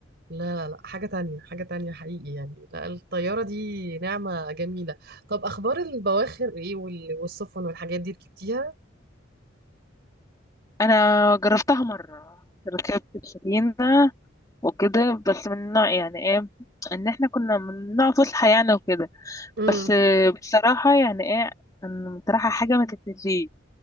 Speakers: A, on the right; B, on the left.
A: لا لا لا حاجة تانية حاجة تانية حقيقي يعني لا الطيارة دي نعمة جميلة طب أخبار البواخر إيه وال- والسفن والحاجات دي ركبتيها؟
B: انا جربتها مرة ركبت السفينة وكده بس من نوع يعني ايه ان احنا كنا من نوع فسحة يعني وكده
A: امم
B: بس بصراحة يعني ايه كان بصراحة حاجة ما تتنسيش